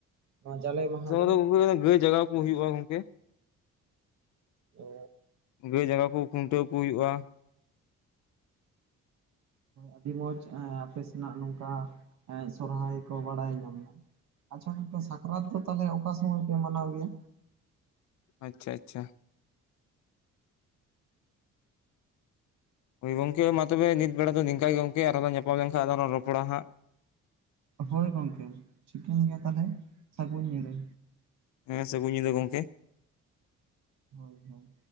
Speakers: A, on the right; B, on the left.
A: ᱱᱚᱣᱟ ᱡᱟᱞᱮ ᱢᱟᱦᱟ ᱫᱚ
B: ᱜᱚᱢᱠᱮ ᱜᱟᱹᱭ ᱡᱟᱜᱟᱣ ᱠᱚ ᱦᱩᱭᱩᱜᱼᱟ ᱜᱚᱢᱠᱮ
A: ᱚᱻ
B: ᱜᱟᱹᱭ ᱡᱟᱜᱸᱟᱣ ᱠᱚ ᱠᱷᱩᱱᱴᱟᱹᱣ ᱠᱚ ᱦᱩᱭᱩᱜᱼᱟ᱾
A: ᱟᱹᱰᱤ ᱢᱚᱸᱡᱽ ᱮ ᱟᱯᱮ ᱥᱮᱱᱟᱜ ᱱᱚᱝᱠᱟ ᱥᱚᱨᱦᱟᱭ ᱠᱚ ᱵᱟᱲᱟᱭ ᱧᱟᱢ ᱱᱟ᱾ ᱟᱪᱪᱷᱟ ᱜᱚᱢᱠᱮ ᱥᱟᱠᱨᱟᱛ ᱫᱚ ᱛᱟᱦᱚᱞᱮ ᱚᱠᱟ ᱥᱚᱢᱚᱭ ᱯᱮ ᱢᱟᱱᱟᱣ ᱜᱮᱭᱟ?
B: ᱟᱪᱪᱷᱟ ᱟᱪᱪᱷᱟ ᱦᱚᱳ ᱜᱚᱢᱠᱮ ᱢᱟ ᱛᱚᱵᱮ ᱱᱤᱛ ᱵᱮᱲᱟ ᱫᱚ ᱱᱚᱝᱠᱟᱱ ᱜᱮ ᱜᱚᱢᱠᱮ ᱟᱨᱦᱚ ᱞᱟᱸᱧ ᱧᱟᱯᱟᱢ ᱞᱮᱱᱠᱷᱟᱱ ᱟᱨᱚ ᱞᱟᱸᱧ ᱨᱚᱯᱚᱲᱟ ᱦᱟᱸᱜ᱾
A: ᱦᱳᱭ ᱜᱚᱢᱠᱮ ᱴᱷᱤᱠᱟᱹᱱ ᱜᱮᱭᱟ ᱛᱟᱦᱚᱞᱮ ᱥᱟᱹᱜᱩᱱ ᱧᱤᱫᱟᱹ᱾
B: ᱦᱮᱸ ᱥᱟᱹᱜᱩᱱ ᱧᱤᱫᱟᱹ ᱜᱚᱢᱠᱮ
A: ᱦᱳᱭ ᱦᱳᱭ